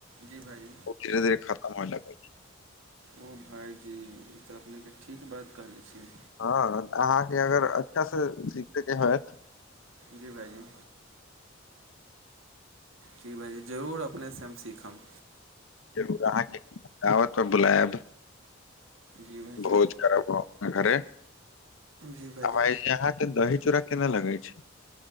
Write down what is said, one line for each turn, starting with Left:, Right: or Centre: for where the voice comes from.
Right: जी भाइ।
Left: धीरे-धीरे खतम होई लागल।
Right: ओ भाइजी ई तऽ अपनेके ठीक बात कहले छी।
Left: हँ अहाँके अगर अच्छासँ सीखयके होत।
Right: जी भाइजी। ठीक भाइजी, जरूर अपनेसँ हम सीखब।
Left: जरूर अहाँके दावत पर बुलायब।
Right: जी भाइजी
Left: भोज करब हम अपना घरे
Right: जी भाइजी
Left: हवाई जहाज। दही चूरा केना लागे छै।